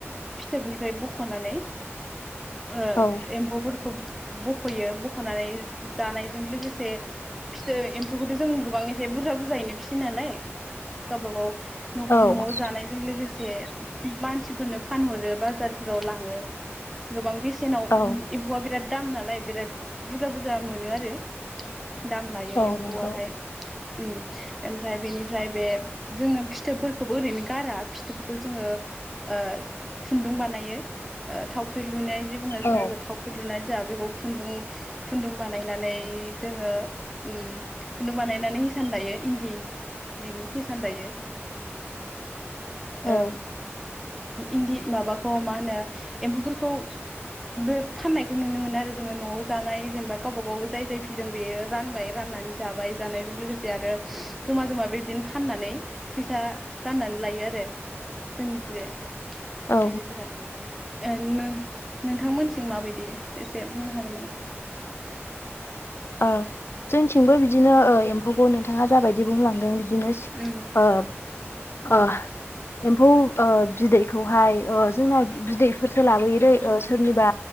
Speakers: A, in the centre; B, on the left.
A: फिथोबनिफ्राय ब ख'नानै ओ
B: औ
A: एम्फौफोरखौ बख'यो बख'नानै जानायजों लोगोसे फिथो एम्फौखौथ' जों गोबां एसे बुरजा बुरजा जायैनो फिसियो नालाय गावबा गाव
B: औ
A: न'आव जानायजों लोगोसे बे मानसिफोरनो फानहरो बाजारफोराव लाङो गोबां बेसे सेनाव
B: औ
A: एम्फौआ बिराद दाम नालाय बिराद बुरजा बुरजा मोनो आरो दाम लायो
B: औ
A: एम्फौआहाय
B: नंगौ
A: ओम। एमफ्राय बेनिफ्राय बे जोङो फिथोबफोरखोबो ओरैनो गारा फिथोबखो जोङो ओ खुन्दुं बानायो ओ थावख्रि लुनाय जि बुङो जोंहा
B: औ
A: थावख्रि लुनाय जोंहा बेखौ खुन्दुं खुन्दुं बानायनानै जोङो उम खुन्दु बानायनानै हिसान दायो इन्दि जिनि हेसान दायो
B: औ
A: ओ इन्दि माबाखौ मा होनो एम्फौफोरखौ बे फाननायखौ नुनो मोनो आरो जोङो न'आव जानाय जेनेबा गावबा गाव जाय जाय फिदों बेयो रानबाय राननानै जाबाय जानायजों लोगोसे आरो जमा-जमा बेबदिनो फाननानै फैसा राननानै लायो आरो जोंनिथिंजाय
B: औ
A: आइजोफोरा ओ नों नोंथांमोनथिं माबायदि एसे बुंनो हागोन नामा
B: ओ जोंथिंबो बिदिनो ओ एम्फौखौ नोंथाङा जाबायदि बुंलांदों बिदि नो सिख
A: उम
B: ओ ओ एम्फौ ओ बिदैखौहाय ओ जोंना बिदैफोरसो लाबोयो। ओ सोरनिबा